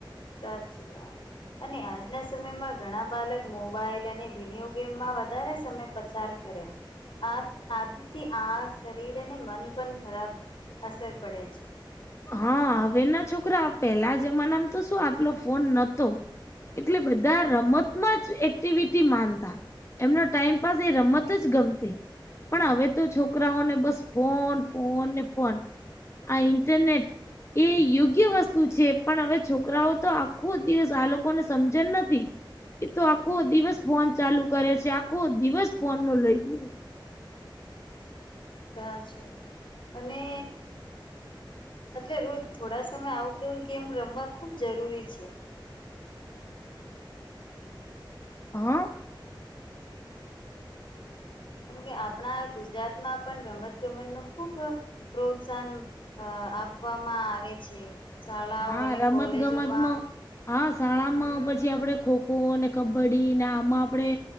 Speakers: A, on the left; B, on the left.
A: સાચી વાત. અને આજના સમયમાં ઘણા બાલક મોબાઈલ અને વિડીયો ગેમમાં વધારે સમય પચાર કરે. આ આદતથી આ શરીર અને મન પણ ખરાબ અસર પડે છે.
B: હા હવે ના છોકરા પેલા જમાનામાં તો શું આટલો ફોન નતો. એટલે બધા રમતમાં જ એક્ટિવિટી માનતા. એમનો ટાઈમ પાાસ એ રમત જ ગમતી. પણ હવે તો છોકરાઓને બસ ફોન ફોન ને ફોન, આ ઇન્ટરનેટ એ યોગ્ય વસ્તુ છે પણ હવે છોકરાઓ તો આખો દિવસ આ લોકોને સમજણ નથી. એતો આખો દિવસ ફોન ચાલુ કરે છે આખો દિવસ ફોન નું લોહી પીવે.
A: સાચું, અને એટલે રોજ થોડા સમય આઉટડોર ગેમ રમવા ખૂબ જરૂરી છે.
B: હ.
A: ના <inaudible> કેમકે આપણા ગુજરાતમાં પણ રમતગમત નો ખુબ પ્રોત્સાહન આપવામાં આવે છે. શાળાઓ
B: હા
A: અને
B: રમત
A: કોલેજોમાં
B: ગમતમાં હા શાળામાં
A: હમ
B: પછી આપડે ખોખો ખો ને કબડ્ડી ને આમાં આપણે,